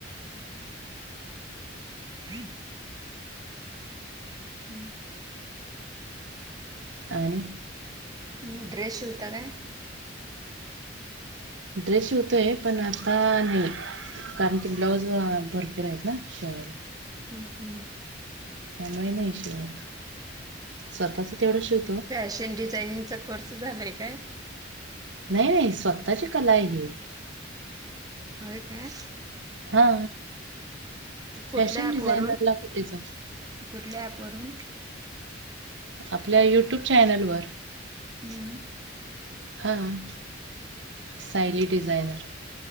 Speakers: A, on the right; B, on the right.
A: <inaudible> हम्.
B: आणि
A: तुम्ही, ड्रेश शिवता काय?
B: ड्रेस शीवतोय. पण आता नाही. कारण की, ब्लाऊज अ भरपूर आहेत ना. शेवायला.
A: हम्, हम्.
B: त्यामुळे नाही शेवत. स्वतःच तेवढं शिव
A: फॅशन डिझायनिंगचा कोर्स झालाय काय?
B: नाही -. स्वतःची कलाय ही.
A: होय, काय?
B: हा.
A: कुठल्या
B: फॅशन
A: ॲपवरून
B: डिझायनरला कुठे, जाऊ?
A: कुठल्या, ॲपपवरुन?
B: आपल्या युट्यूब चॅनलवर.
A: हम्म.
B: हां. सायली डिझायनर.